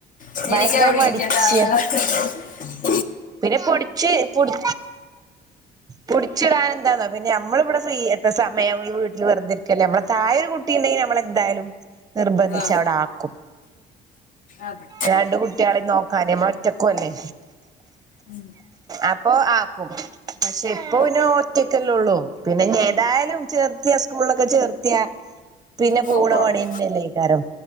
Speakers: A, on the left (about 50°); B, on the right (about 20°).
A: ഹ
B: ഭയങ്കര
A: എനിക്കാ അടരിക്കണ്ടാ
B: മടിച്ചിയാ
A: ഹ ഹ
B: പിന്നെ പൊടിച്ച് പൊടി പൊടിച്ചിടാൻ എന്താന്നോ പിന്നെ അമ്മള് നമ്മടെ ഫ്രീ എ സമയം ഈ വീട്ടില് വെറ്‌തേരിക്കല്ലേ നമ്മളെ തായൊരു കുട്ടിണ്ടെങ്കി നമ്മളെന്തായാലും നിർബന്ധിച്ച്
A: ആ
B: അവ്ടെ ആക്കും
A: അതെ
B: രണ്ട് കുട്ട്യാളിം നോക്കാന്. മ്മളൊ റ്റക്കൂ അല്ലെ.
A: ഉം
B: അപ്പൊ ആക്കും. പക്ഷെ ഇപ്പൊ
A: അതെ
B: നൊ ഒറ്റക്കല്ലള്ളൂ പിന്നെ ഞ്ഞ് ഏതായാലും ചേർത്തിയ സ്ക്കൂൾലൊക്കെ ചേർത്തിയ പിന്നെ പൂണ
A: പൊക്കോണം
B: പണിയന്നല്ലേക്കാരം